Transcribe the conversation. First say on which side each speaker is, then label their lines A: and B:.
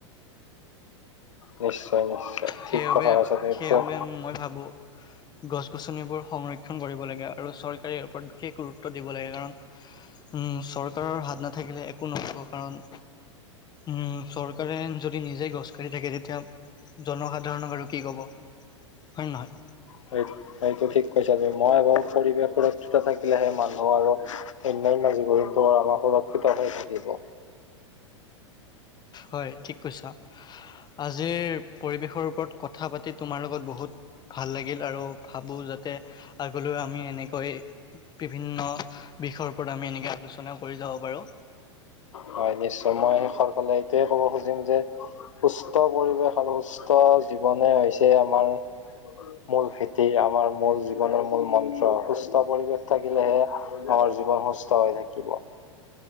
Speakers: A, on the left (about 80°); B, on the left (about 25°).
A: নিশ্চয়, নিশ্চয়।
B: সেইবাবে,
A: ঠিক কথা কৈছা তুমি
B: সেইবাবে মই ভাবোঁ? গছ-গছনিবোৰ সংৰক্ষণ কৰিব লাগে আৰু চৰকাৰে ইয়াৰ ওপৰত বিশেষ গুৰুত্ব দিব লাগে। কাৰণ উম্, চৰকাৰৰ হাত নাথাকিলে, একো নহ'ব কাৰণ উম্, চৰকাৰে যদি নিজে গছ কাটি থাকে, তেতিয়া জনসাধাৰণক আৰু কি ক'ব, হয় নহয়?
A: হয়, এইটো ঠিক কৈছাঁ তুমি। মই আৰু পৰিৱেশ সুৰক্ষিত থাকিলেহে মানুহ আৰু অন্যান্য জীৱ-জন্তু বোৰো আমাৰ সুৰক্ষিত হৈ থাকিব।
B: হয়, ঠিক কৈছাঁ। আজিৰ পৰিৱেশৰ ওপৰত কথা পাতি তোমাৰ লগত বহুত ভাল লাগিল আৰু ভাবোঁ, যাতে আগলৈ আমি এনেকৈ বিভিন্ন বিষয়ৰ ওপৰত আমি এনেকে আলোচনা কৰি যাব পাৰোঁ।
A: হয়, নিশ্চয়। মই শেষৰ ফালে এইটোৱে ক'ব খুজিম যে সুস্থ পৰিৱেশ আৰু সুস্থ জীৱনে হৈছে আমাৰ মূল ভেটি, আমাৰ মূল জীৱনৰ মূল মন্ত্ৰ। সুস্থ পৰিৱেশ থাকিলেহে আমাৰ জীৱন সুস্থ হৈ থাকিব।